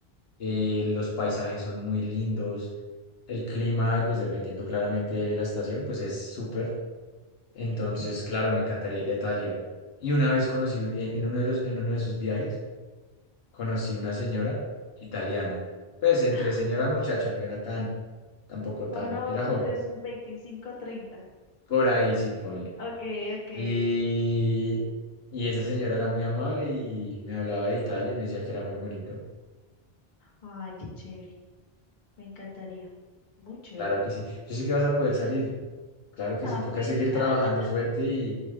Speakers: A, on the left; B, on the left.
A: eh, los paisajes son muy lindos, el clima, pues dependiendo claramente de la estación, pues es súper. Entonces,
B: Ok.
A: claro, me encantaría ir a Italia. Y una vez conocí, en en uno de los, en uno de esos viajes, conocí una señora italiana. Pues entre
B: <gasps>
A: señora muchacha, no era tan, tampoco tan,
B: Uno
A: era joven.
B: entre sus 25 30
A: Por ahí sí, ponle.
B: Ok, ok.
A: Y, y esa señora era muy amable y me hablaba de Italia y me decía que era muy bonito.
B: Ay, qué chévere. Me encantaría. Muy chévere.
A: Claro que sí. Yo sé que vas a poder salir. Claro que
B: Amén.
A: sí, toca seguir
B: <laughs>
A: trabajando fuerte y,